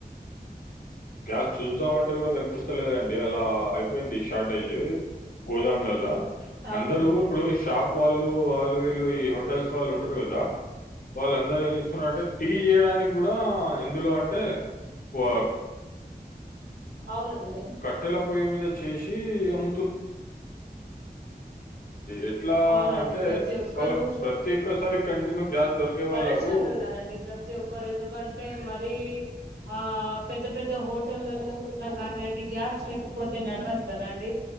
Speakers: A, on the left (about 60°); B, on the right (about 85°).
A: గ్యాస్ చూద్దామంటే గూడా కనిపిస్తలేదండి గలా అలా అయిపోయింది షార్టేజ్ గోడౌన్లాల
B: అవునండి
A: అందరూ ఇప్పుడు షాప్ వాళ్ళు వాళ్ళు వీళ్ళు ఈ హోటల్స్ వాళ్ళు ఉంటరు కదా వాళ్ళు అందరూ ఏం చేస్తున్నారుంటే టీ చేయడానికి కూడా ఇందులో అంటే క్వా
B: అవునండి
A: బట్టెల పొయ్యి మీద చేసి అ <inaudible> ఎట్లా
B: అవునండి
A: అంటే
B: ప్రతి ఒక్కరు
A: వాళ్ళ ప్రతి ఒక్కసారి కంటిన్యూ గ్యాస్ దొరికే
B: పరషాన్లు
A: వాళ్ళకు
B: ఉన్నారండి ప్రతి ఒక్కరు ఎందుకంటే మరీ ఆ పెద్ద పెద్ద హోటలల్లో కానీండి గ్యాస్ లేకపోతే నడవదు కదా అండి